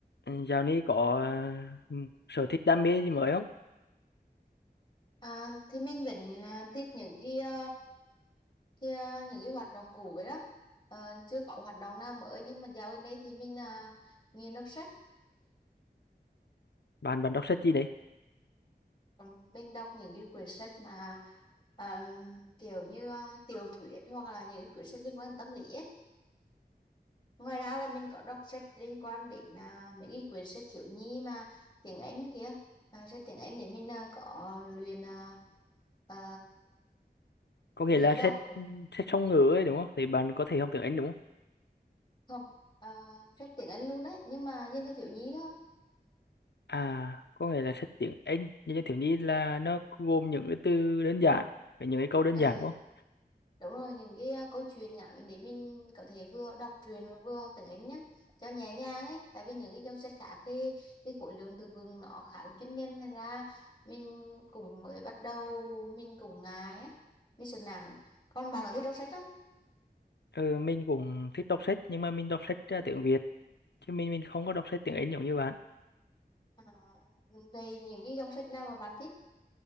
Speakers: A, on the left (about 85°); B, on the left (about 30°).
A: Ừ, Dạo này có ờ, sở thích đam mê gì mới không?
B: À, thì mình vẫn à, thích những cái, à, cái à, những cái hoạt động cũ vậy đó Ờ, chưa có hoạt động nào mới nhưng mà dạo gần đây thì mình à, nghiên đọc sách
A: Bạn bạn đọc sách gì đấy?
B: Ờ, mình đọc những cái quyển sách mà à, kiểu như à, tiểu thuyết hoặc là những cái quyển sách liên quan đến tâm lý ấy ngoài ra là mình có đọc sách liên quan đến à, mấy cái quyển sách thiếu nhi mà tiếng Anh kia à, sách tiếng Anh để mình à, có luyện à, à,
A: Có nghĩa
B: luyện
A: là
B: đọc
A: sách sách song ngữ ấy đúng không? Thì bạn có thể học tiếng Anh đúng không?
B: không uh, sách tiếng Anh luôn đấy nhưng mà dành cho thiếu nhi thôi
A: À, có nghĩa là sách tiếng Anh như như thiếu nhi là nó gồm những cái từ đơn giản với những cái câu đơn
B: ừ
A: giản đúng không?
B: đúng rồi những cái à, câu chuyện ngắn để mình có thể vừa đọc truyện và vừa học tiếng Anh nhé cho nhẹ nhàng ấy tại vì những cái dòng sách khác thì cái khối lượng từ vựng nó khá là chuyên nhân nên ra mình cũng mới bắt đầu mình cũng ngại á mình sợ nản còn bạn có thích đọc sách không
A: Ừ, mình cũng thích đọc sách nhưng mà mình đọc sách ờ, tiếng Việt chứ mình mình không có đọc sách tiếng Anh giống như bạn.
B: à, về những cái dòng sách nào mà bạn thích